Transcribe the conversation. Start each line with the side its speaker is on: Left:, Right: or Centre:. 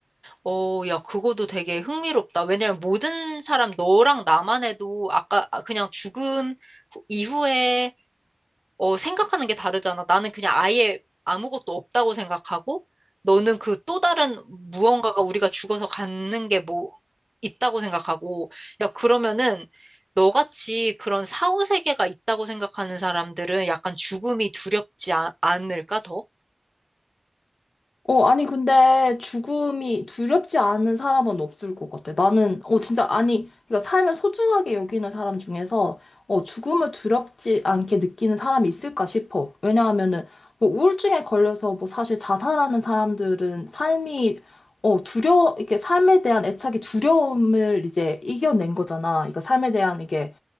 Right: 어, 야, 그거도 되게 흥미롭다. 왜냐면 모든 사람, 너랑 나만 해도 아까 아, 그냥 죽음 후- 이후에 어, 생각하는 게 다르잖아. 나는 그냥 아예 아무것도 없다고 생각하고, 너는 그 또 다른 무언가가 우리가 죽어서 갖는 게 뭐 있다고 생각하고, 야, 그러면은 너같이 그런 사후세계가 있다고 생각하는 사람들은 약간 죽음이 두렵지 아- 않을까, 더?
Left: 어, 아니, 근데 죽음이 두렵지 않은 사람은 없을 것 같아. 나는, 어, 진짜, 아니, 그러니까 삶을 소중하게 여기는 사람 중에서, 어, 죽음을 두렵지 않게 느끼는 사람이 있을까 싶어. 왜냐하면은, 뭐, 우울증에 걸려서, 뭐, 사실 자살하는 사람들은 삶이, 어, 두려, 이렇게 삶에 대한 애착이 두려움을 이제 이겨낸 거잖아. 그러니까 삶에 대한 이게,